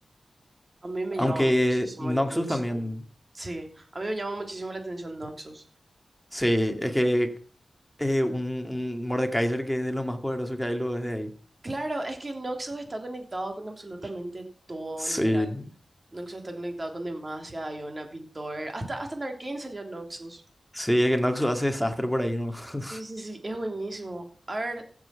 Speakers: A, on the right (about 30°); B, in the centre.
A: A mí me
B: Aunque
A: llama muchísimo
B: Noxus
A: la atención.
B: también.
A: Sí, a mí me llama muchísimo la atención Noxus.
B: Sí, es que eh, un, un Mordekaiser que es de los más poderosos que hay lo desde ahí.
A: Claro, es que Noxus está conectado con absolutamente todo,
B: Sí,
A: literal. Noxus está conectado con Demacia, Iona, Piltover. Hasta, hasta en Arcane salió Noxus.
B: sí, es que Noxus hace desastre por ahí, ¿no? <laughs>
A: Sí, sí, sí, es buenísimo. A ver,